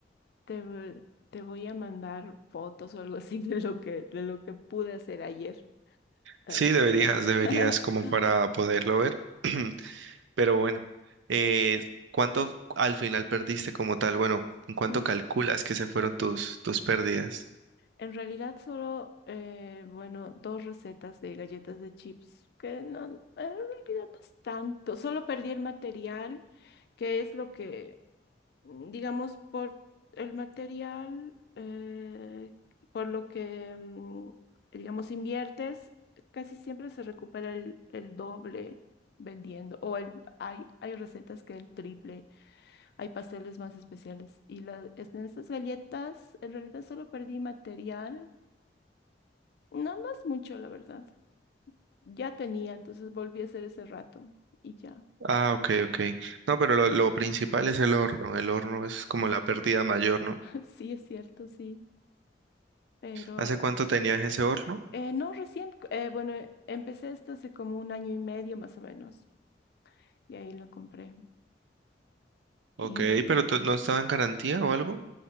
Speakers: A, on the left; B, on the right.
A: te, v- te voy a mandar fotos o algo así de lo que, de lo que pude hacer ayer para
B: Sí,
A: que
B: deberías,
A: veas.
B: deberías
A: <laughs>
B: como para poderlo ver. <clears throat> Pero bueno, eh, ¿cuánto al final perdiste como tal? Bueno, ¿en cuánto
A: Mm.
B: calculas que se fueron tus, tus pérdidas?
A: En realidad solo, eh, bueno, dos recetas de galletas de chips, que no, en realidad no es tanto, solo perdí el material, que es lo que, mm, digamos, por el material, eh, por lo que, mm, digamos, inviertes, casi siempre se recupera el, el doble vendiendo, o el, hay, hay recetas que el triple, hay pasteles más especiales, y la, en estas galletas, en realidad solo perdí material no más mucho, la verdad. Ya tenía, entonces volví a hacer ese rato y ya.
B: Ah, ok, ok. No, pero lo, lo principal es el horno. El horno es como
A: Sí.
B: la pérdida mayor, ¿no?
A: <laughs> Sí, es cierto, sí. Pero
B: ¿Hace cuánto tenías ese horno?
A: eh, no recién, eh, bueno, eh, empecé esto hace como un año y medio más o menos y ahí lo compré.
B: Ok,
A: Y
B: pero tú- ¿no estaba en garantía o algo?